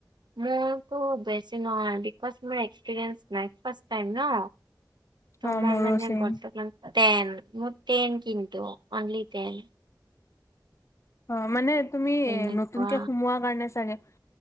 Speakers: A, on the right; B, on the left.
A: মোৰতো বেছি নহয় বিকজ মোৰ এক্সপিৰেঞ্চ নাই ফাষ্ট টাইম ন।
B: অ
A: তোমাৰ
B: মোৰো
A: মানে
B: চেম
A: বৰ্তমান টেন মোৰ টেন কিন্তু অনলি। টেন
B: অ মানে তুমি
A: তেনেকুৱা
B: নতুনকে সোমোৱাৰ কাৰণে চাগে।